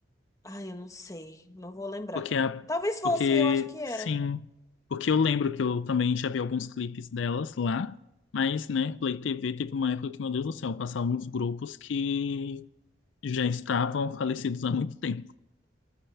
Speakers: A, on the left; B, on the left.
A: Ai, eu não sei, não vou lembrar.
B: Porque a,
A: Talvez fosse,
B: porque
A: eu acho que era.
B: sim, porque eu lembro que eu também já vi alguns clipes delas lá, mas né, Play TV teve uma época que, meu Deus do céu, passavam uns grupos que já estavam falecidos há muito tempo.